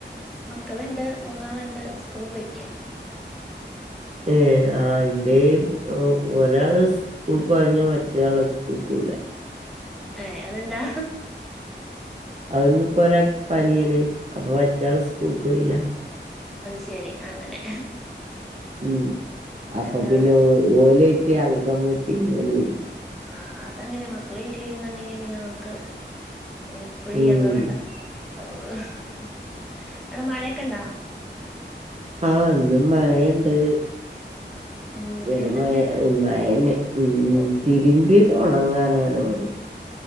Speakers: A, in the centre; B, on the right.
A: മക്കളിണ്ട് മൂന്നാളിണ്ട് സ്കൂളി പോയ്രിക്കയാണ്
B: ഏ ആ എന്റേം ഒരാള് സ് <unintelligible> മറ്റേയാള് സ്കൂൾക്കോവൂലാ
A: ഏ അതെന്താ
B: അതിന്നിപ്പ ഒരാക്ക് പനിയാണ് അപ്പൊ മറ്റാള് സ്കൂൾക്ക് പോയില്ല
A: ശെരി അങ്ങനെ
B: ഉം അപ്പ
A: ആഹ്
B: പിന്നെ ഒ ഓലേറ്റ് അംഗം വെട്ടി ഇങ്ങനെ ഇരി
A: ആ അതങ്ങനെയ മക്കള് വീട്ടിലിരുന്നുണ്ടെങ്കി പിന്നെ നമുക്ക് എപ്പഴും
B: ഉം
A: ഈ അങ്കം വെട്ടാ <unintelligible> അടെ മഴയൊക്കെ ഇണ്ടാ
B: ആ ഇന്നും മയ ഇണ്ട്
A: ഉം ഇവിടെ
B: വരെ
A: അതന്നെ
B: മയാ മയനെ ഉം
A: പോ
B: തിരുമ്പിത് ഒണങ്ങാനാണ് പണി